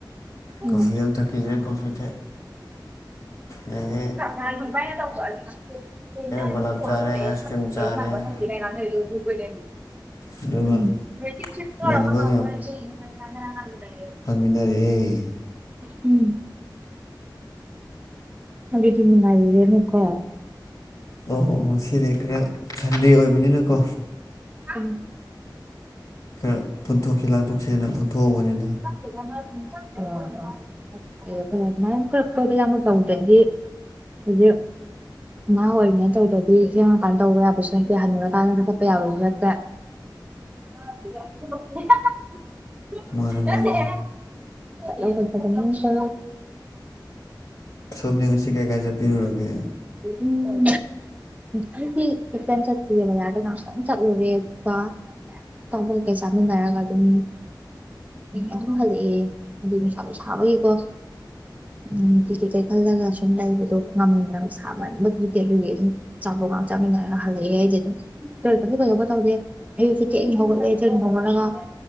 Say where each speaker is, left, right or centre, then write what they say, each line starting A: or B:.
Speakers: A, on the right; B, on the left.
A: ꯎꯝ
B: ꯀꯣꯐꯤ ꯑꯃꯝ ꯊꯛꯀꯤꯁꯤꯦ ꯀꯣꯐꯤ ꯂꯩ
A: <unintelligible> ꯔ
B: ꯕꯂꯞ ꯆꯥꯔꯦ ꯑꯥꯏꯁ ꯀ꯭ꯔꯤꯝ ꯆꯥꯔꯦ
A: <unintelligible> <unintelligible>
B: ꯑꯗꯨꯒ ꯏꯃꯥꯟꯅꯕ ꯍꯟꯃꯤꯅꯔꯦꯑꯦ
A: ꯎꯝ ꯑꯗꯨꯗꯤ ꯅꯨꯡꯉꯥꯏꯔꯣꯏꯍꯦ ꯃꯨꯀꯥ
B: ꯑꯣ ꯉꯁꯤꯗꯤ ꯈꯔ ꯁꯟꯗꯦ ꯑꯣꯏꯕꯅꯤꯅꯀꯣ
A: ꯎꯝ
B: ꯈꯔ ꯄꯨꯟꯊꯣꯛꯁꯤ ꯂꯥꯟꯊꯣꯛꯁꯦ ꯍꯥꯏꯅ ꯄꯨꯟꯊꯣꯛꯍꯧꯕꯅꯤꯅ
A: ꯑꯣ꯫ ꯇꯧꯗꯗꯤ ꯍꯨꯖꯤ ꯅꯍꯥ ꯑꯣꯏꯔꯤꯉꯩ ꯇꯧꯗ꯭ꯔꯗꯤ ꯁꯦꯝꯉꯀꯥꯟꯗ ꯇꯧꯕ ꯌꯥꯕꯁꯨ ꯅꯠꯇꯦ ꯍꯜꯂꯨꯔꯀꯥꯟꯗ ꯊꯠꯄ ꯌꯥꯕꯁꯨ ꯅꯠꯇꯦ꯫ ꯅꯠꯇꯦꯍꯦ꯫
B: ꯃꯥꯅꯦ ꯃꯥꯅꯦ
A: ꯂꯧꯒꯗꯕꯅꯦ꯫ ꯁ꯫
B: ꯁꯣꯝꯗꯤ ꯉꯁꯤ ꯀꯥꯏ ꯀꯥꯏ ꯆꯠꯄꯤꯔꯨꯔꯒꯦ
A: ꯎꯝ ꯎꯝ ꯑꯩꯗꯤ ꯇꯨꯏꯁꯟ ꯆꯠꯇꯤꯌꯦ ꯕꯖꯥꯔꯗ ꯉꯥꯛꯇꯪ ꯆꯠꯂꯨꯔꯦ ꯑꯗꯨꯒ ꯑꯆꯥꯄꯣꯠ ꯀꯩꯀꯩ ꯆꯥꯃꯤꯟꯅꯔꯒ ꯑꯗꯨꯝ ꯑꯗꯨꯝ ꯍꯜꯂꯛꯑꯦ ꯑꯗꯨ ꯅꯨꯡꯁꯥꯕꯤ ꯁꯥꯕꯒꯤꯀꯣ
B: <inaudible>
A: ꯎꯝ ꯇꯤꯀꯦꯠ ꯀꯩ ꯈꯜꯂꯒ ꯁꯨꯝ ꯂꯩꯕꯗꯣ ꯉꯝꯗ꯭ꯔꯕ ꯁꯥꯃꯟꯕꯗꯨꯗꯤ ꯑꯗꯨꯒꯤ ꯑꯗꯨꯝ ꯆꯥꯕꯒ ꯆꯥꯃꯤꯟꯅꯔꯒ ꯍꯜꯂꯛꯑꯦ ꯑꯩꯗꯤ ꯑꯗꯨꯝ ꯀꯔꯤ ꯀꯁꯨ ꯀꯩꯗꯧꯕ ꯇꯧꯗꯦ ꯑꯌꯨꯛ ꯊꯦꯡ ꯍꯧꯒꯠꯂꯦ ꯊꯦꯡ ꯍꯧꯒꯠꯂꯒ